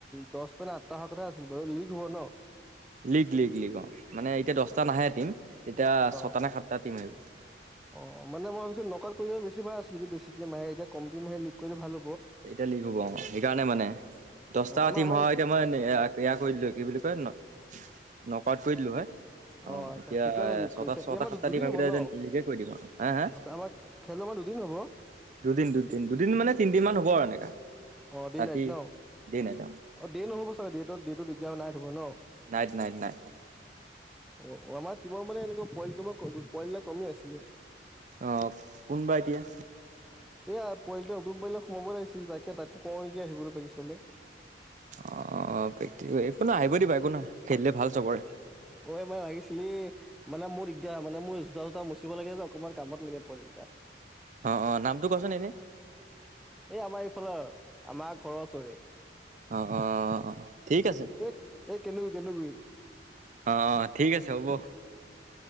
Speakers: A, in the centre; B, on the right.
A: দহটা নে আঠটা অ কথা আছিল বাৰু লীগ হ'ব ন?
B: লীগ লীগ লীগ অ মানে এতিয়া
A: অ',
B: দহটা নাহে টিম তেতিয়া
A: অ',
B: ছটা নে সাতটা টিম আহিব।
A: অ মানে মই ভাবিছো নকাত কৰিলে বেছি ভাল আছিল যদি বছি টিম আহে এতিয়া কম টিম আহে লিগ কৰিলে ভালব।
B: এতিয়া লিগ হ'ব অ সেইকাৰণে মানে। দহটা
A: অ', আমাৰ
B: অতি
A: আমাৰ
B: ম এতিয়া মই এয়া কৰি দিলো কি বুলি কয় ন নক আউট কৰি দিলো হয়।
A: অ আচ্ছা
B: এতিয়া
A: ঠিকে আছে লীগ
B: ছটা
A: কৈছে
B: ছটা
A: এই আমাৰ
B: সাতটা
A: দুদিন
B: টিম আমি
A: হব
B: এতিয়া
A: ন
B: লিগে কৰি দিম আৰু হা হা
A: আমাৰ খেল ম দুদিন হ'ব?
B: দুদিন দুদিন দুদিন মানে তিনিদিন মান হ'ব আৰু এনেকা।
A: অ দে
B: ৰাতি
A: নাইত ন,
B: দে নাইট
A: অ দে নহ'ব চাগে দে দেটো দিগদাৰ নাইট হব ন?
B: নাইট নাইট নাইট
A: অ আমাৰ টিমৰ মানে এনেকুৱা পোৱালি তোমাৰ পোৱালি এটা কমি আছিলে
B: আহ কোনবা এতিয়া
A: এয়া পোৱালিটোৱে উতুম পোৱিলে সোমাব লাগিছিল তাকে তাকো কৰ নেকি আহিবলে পেক্টিছলে
B: অ প্ৰেক্টিছ একো নাই আহিব দিবা একো নাই খেলিলে ভাল চবৰে
A: অ মান লাগিছিলি মানে মোৰ দিগদাৰ মানে মোৰ জোতা চোতা মচিব লাগে যে অকমান কামত লাগে পোৱালিটা
B: অ অ নামটো কোৱাচোন এনেই
A: এ আমাৰ এইফালৰ আমাৰ ঘৰৰ ওচৰে
B: অ অ অ ঠিক আছে
A: এ এ কেনে <unintelligible> কেনোগৈ
B: অ অ ঠিক আছে হ'ব